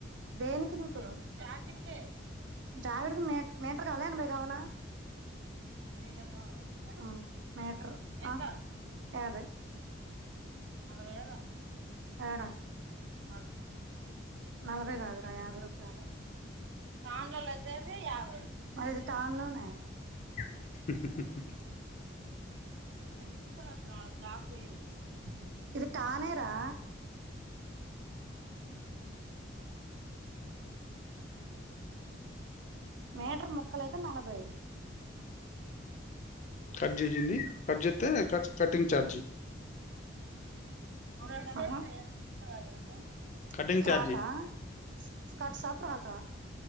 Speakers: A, on the right; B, on the left.
A: దేనికి నీకు, జాకెట్ కే. జావిడికి మీట్ మీటర్ కావాలా, ఎనభై కావాలా జేజమ్మా, ఆ మీటరు, ఆ ఎంత యాబై. నల్లవై ఏళ్లా ఏడ ఆగు నలభై కాదురా యాభై రూపాయలు. తాన్లలో ఒచ్చేసీ యాభై, మరి ఇది తాన్లోనే.
B: హి హీ హి
A: నేన్ తీస్తా సార్, సార్ లేరు. ఇది టానేరా మీటర్ ముక్కలు అయితే నలభై.
B: కట్ జేషింది, కట్ జేత్తే కర్చ్ కటింగ్ ఛార్జి.
A: ఓయ్ <unintelligible> సే చూస్తవా ఏస్కోని,
B: కటింగ్
A: ఫ్రాకా
B: ఛార్జీ
A: స్ స్కర్ట్సా ఫ్రాకా.